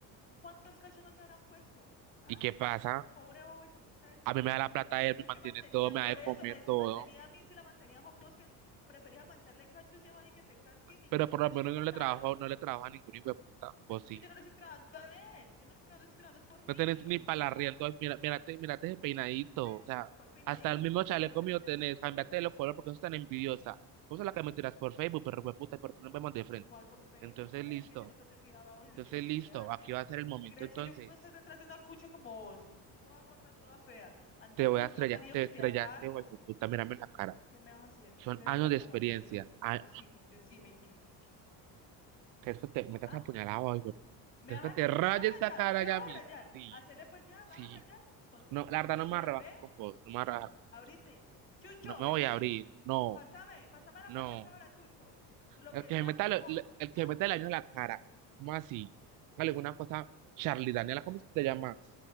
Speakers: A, on the left; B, on the right.
A: cuántos cachos no te habrán puesto? Ah,
B: ¿Y qué pasa?
A: pobre bobo y puta esta.
B: A mí
A: ps,
B: me da la plata
A: Me
B: él,
A: dices
B: me mantiene
A: que mantenía,
B: todo, me
A: por
B: da de
A: eso
B: comer
A: me decís
B: todo.
A: mantenida a mí si la mantenía a Juan Pos, que preferís aguantarle cachos ese man y que te casque y ni
B: Pero
A: quiera
B: por
A: que te
B: lo
A: escupa
B: menos yo no le
A: cada
B: trabajo,
A: vez.
B: no le trabajo a ningún hijo de puta. Vos
A: Es
B: sí.
A: que yo no le estoy trabajando a él, yo no le estoy trabajando, yo estoy trabajando es por mí,
B: No tenés
A: por
B: ni
A: mis
B: para
A: hijas.
B: arriendo. Ay, Mira, mírate, mírate ese peinadito.
A: Eh,
B: O sea,
A: cuál peinadito,
B: hasta el
A: a mí
B: mismo
A: con mi
B: chaleco
A: cosa no te
B: mío
A: metes,
B: tenés.
A: esa pijo
B: Cámbiate
A: de puta.
B: los colores porque sos tan envidiosa. Vos sos la que me tiras por Facebook, pero hueputa, ¿por qué nos vemos de frente?
A: ¿Cuál por Facebook?
B: Entonces,
A: Sabes
B: listo.
A: que yo nunca te he tirado a vos y decir
B: Entonces,
A: lo que
B: listo.
A: quieras,
B: Aquí
A: ¿ve?
B: va a ser el momento.
A: ¿Y crees
B: Entonces,
A: que yo puedo estar detrás de una cucha como vos? Toda gorda, toda fea. Andar
B: te voy
A: con
B: a
A: buscar
B: estrellar.
A: un marido
B: Te
A: que
B: estrellaste,
A: te haga algo.
B: hueputa. Mírame en la cara.
A: ¿Qué me vas a hacer? Te
B: Son
A: Estoy mirando
B: años
A: la
B: de
A: cara,
B: experiencia.
A: decime,
B: Ah,
A: decime, decime, ¿y qué? ¿Y qué? ¿Y qué? ¿Y qué?
B: es que te metas
A: ¿Ah?
B: apuñalado hoy, güey.
A: ¿Me
B: es
A: vas
B: que te
A: a,
B: rayes
A: ah, me vas a
B: esta
A: rayar?
B: cara
A: ¿Me
B: ya
A: vas
B: mismo?
A: a rayar?
B: Sí,
A: Hacerle pues ya,
B: sí.
A: ¿me vas a rayar? Con lo-
B: No, la
A: como
B: verdad, no
A: sea,
B: me voy a rebajar
A: ¿ve?
B: con vos. No me voy a rebajar con
A: Ahorita, Chucho,
B: No me
A: vení.
B: voy a abrir. No,
A: Pásame, pásame la
B: no.
A: pata de cabra, Chucho. Lo
B: El
A: que
B: que
A: sea,
B: se meta,
A: con
B: lo-
A: vos.
B: lo- el
A: Ah,
B: que se meta el año en la cara. ¿Cómo así? Alguna cosa, Charlie Daniela, ¿cómo se te llama?